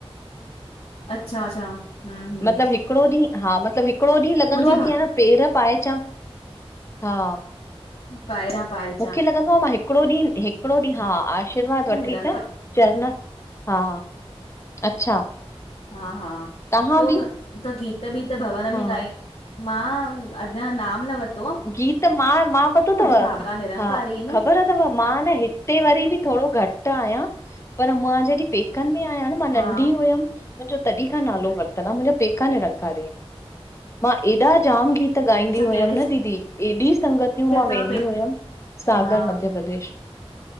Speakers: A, on the left; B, on the left.
A: अच्छा अच्छा हम्म
B: मतिलब हिकड़ो ॾीहुं, हा मतिलब हिकड़ो ॾींहुं लॻंदोआ
A: मुंहिंजी भा
B: कि न पेर पाए अचां, हा।
A: पाइरा पाए।
B: मूंखे लॻंदो आ, मां हिकिड़ो ॾींहुं हिकिड़ो ॾींहुं, हा आशीर्वाद वठी
A: निरंकार
B: अचां, चरन हा, अच्छा।
A: हा हा,
B: तव्हां
A: त उ
B: बि
A: त गीत- बीत भवन में
B: हा
A: गाई मां अञा नाम न वरतो आ।
B: गीत मां मां, पतो
A: मुंहिंजी
B: थव,
A: भाभी निरंकारी
B: हा ख़बर
A: न
B: मां न हिते वरी ॿि थोड़ो घटि आहियां, पर मां जॾहिं पेकनि में आहियां न मां
A: हा
B: नंढी हुयमि मुंहिंजो तॾी खां नालो वरितल आ, मुंहिंजा पेका निरंकारी इन, मां एॾा जाम गीत त ॻांईंदी
A: अच्छा
B: हुयमि
A: कहिड़े
B: न दीदी, एॾी संगत
A: शहर
B: मां
A: अथव
B: वेंदी
A: पे
B: हुयमि, सागर
A: हा
B: मध्य प्रदेश।